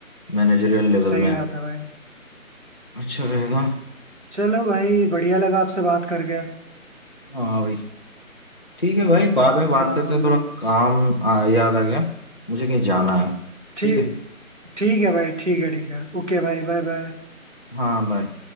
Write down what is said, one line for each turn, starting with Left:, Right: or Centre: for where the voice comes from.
Left: मैनेजरियल लेवल
Right: सही
Left: में
Right: बात है भाई
Left: अच्छा रहेगा
Right: चलो भाई बढ़िया लगा आपसे बात करके
Left: हाँ भाई ठीक है भाई बाद में बात
Right: हाँ
Left: करते
Right: मतलब
Left: हैं थोड़ा काम आ, याद आ गया मुझे कहीं जाना है
Right: ठीक
Left: ठीक है
Right: ठीक है भाई ठीक है ठीक है ओके भाई बाय बाय
Left: हाँ बाय